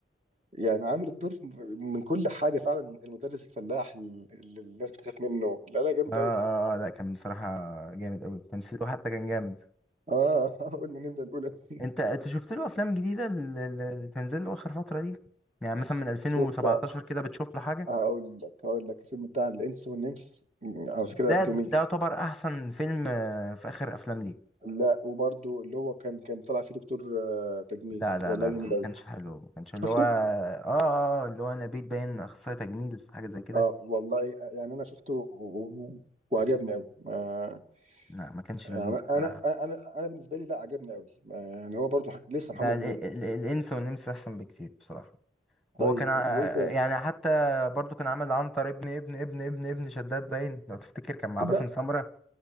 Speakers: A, on the right; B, in the centre.
A: يعني عامل الدور من كل حاجه فعلا المدرس الفلاح اللي الناس بتخاف منه لا لا جامد
B: اه اه
A: قوي
B: آه، لا كان بصراحة جامد قوي تمثيله حتى كان جامد
A: اه <laughs> قلنا نبدأ الأولى دي
B: انت انت شفت له افلام جديدة ال- ال- اللي تنزل له اخر فترة دي يعني مثلا من 2017
A: شفت
B: كده بتشوف له حاجة
A: هقول لك هقول لك الفيلم بتاع الإنس والنمس م، على فكرة
B: ده
A: جميل
B: ده يعتبر احسن فيلم آه، في اخر افلام ليه
A: لا وبرده اللي هو كان كان طلع فيه دكتور آه، تجميل
B: لا لا
A: والله
B: لا
A: جميل
B: لا ما
A: أوي
B: كانش حلو ما كانش اللي
A: شفته؟
B: هو اه اه اللي هو نبيل باين اخصائي تجميل حاجة زي كده
A: اه والله يعني أنا شفته و- و- وعجبني أوي ما-
B: لا ما كانش
A: يعني
B: لذيذ
A: أنا
B: بصراحة
A: أنا أنا أنا بالنسبة لي لا عجبني أوي ما- يعني هو برده لسه
B: لا
A: محمد
B: ال-
A: هنيدي
B: ال- الإنس والنمس أحسن بكتير بصراحة
A: طيب
B: هو كان ع-
A: و- وإيه تاني؟
B: يعني حتى برضو كان عامل عنتر ابن ابن ابن ابن ابن شداد باين لو تفتكر كان مع
A: تصدق
B: باسم سمرة